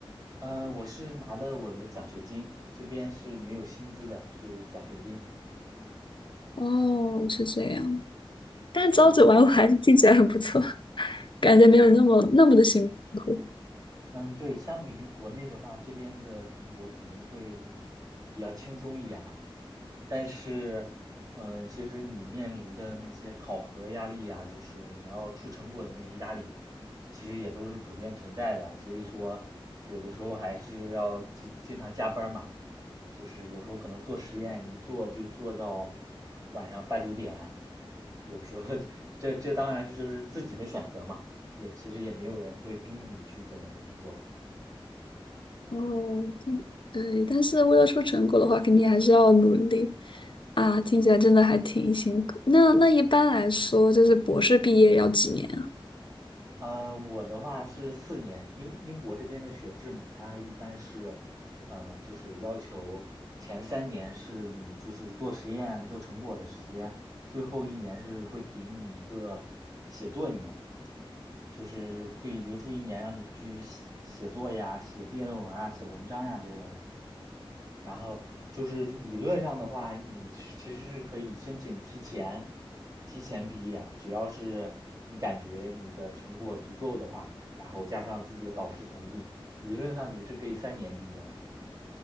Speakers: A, on the right; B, on the left.
A: 嗯，我是拿了我的奖学金，这边是没有薪资的，是奖学金。
B: 哦，是这样，但朝九晚五还是听起来很不错，
A: 嗯，
B: <laughs> 感觉没有那么那么的辛苦。
A: 嗯，对，相比于国内的话，这边的读博肯定会比较轻松一点嘛。但是，嗯，其实你面临的那些考核压力呀，就是你要出成果的那些压力，其实也都是普遍存在的。所以说，有的时候还是要经经常加班嘛，就是有时候可能做实验一做就做到晚上八九点，有时候 <laughs> 这这当然是就是自己的选择嘛，也其实也没有人会逼你去怎么怎么做。
B: 哦，听对，但是为了出成果的话，肯定还是要努力啊。听起来真的还挺辛苦。那那一般来说，就是博士毕业要几年啊？
A: 呃，我的话是四年，英英国这边的学制嘛，它一般是，呃，就是要求前三年是你就是做实验做成果的时间，最后一年是会给你一个写作一年，就是会留出一年让你去写写作呀、写毕业论文啊、写文章呀这类的。然后就是理论上的话，你其实是可以申请提前提前毕业，只要是你感觉你的成果足够的话，然后加上自己的导师同意，理论上你是可以三年毕业的。